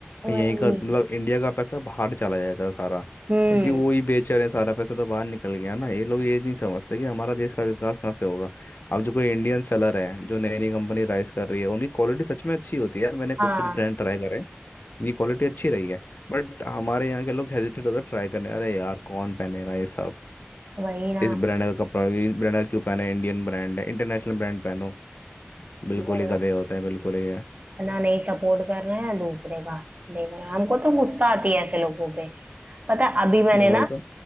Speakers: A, on the right; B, on the left.
A: वही
B: यहीं का मतलब इंडिया का पैसा बाहर चला जाता है सारा
A: हम्म
B: क्योंकि वो ही बेच रहे हैं सारा पैसा तो बाहर निकल गया ना ये लोग ये नहीं समझते कि हमारा देश का विकास कहाँ से होगा अब जो कोई इंडियन सेलर है जो नई नई कंपनी राइज कर रही है उनकी क्वालिटी सच में अच्छी होती है यार मैंने कुछ
A: हाँ
B: कुछ ब्रांड ट्राई करे इनकी क्वालिटी अच्छी रही है बट हमारे यहाँ के लोग हेजिटेट होते ट्राई करने अरे यार कौन पहनेगा ये सब
A: वही ना
B: इस ब्रांड का कपड़ा इस ब्रांड का क्यों पहना है इंडियन ब्रांड है इंटरनेशनल ब्रांड पहनो बिल्कुल
A: वो ना
B: ही गधे होते हैं बिल्कुल ही है
A: ना नहीं सपोर्ट कर रहे हैं दूसरे का देख रहे हैं हमको तो गुस्सा आती है ऐसे लोगों पे पता है अभी मैंने
B: वही
A: ना
B: तो